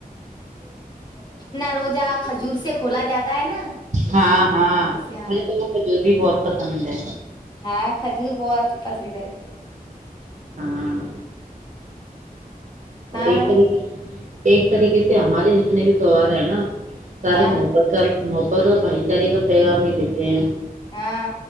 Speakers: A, on the left (about 30°); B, on the right (about 50°).
A: اپنا روزہ کھجور سے کھولا جاتا ہے نا
B: ہاں ہاں
A: اسے
B: مجھے تو خجور بھی بہت پسند ہے
A: ہاں کھجور بہت پسند ہے <inaudible>
B: ہاں
A: ہاں
B: اور ایک ایک طریقے سے ہمارے جتنے بھی تیوار ہیں نا سارے
A: ہاں
B: مو پ کر محبت اور بھائی چارے کا پیغام ہی دیتے ہیں
A: ہاں